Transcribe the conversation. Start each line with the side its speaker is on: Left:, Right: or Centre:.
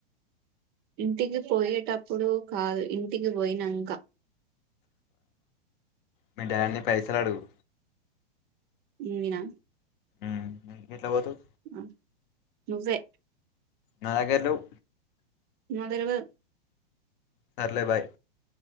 Right: ఇంటికి పోయేటప్పుడు కాదు ఇంటికి పోయినాంక
Left: మీ డాడ్ ని పైసలు అడుగు
Right: ఉన్నీనా
Left: ఇంటికి ఎట్లా పోతావు
Right: ఆ నువ్వే
Left: నా దగ్గర లెవ్
Right: నాకు తెల్వదు
Left: సర్లే బాయ్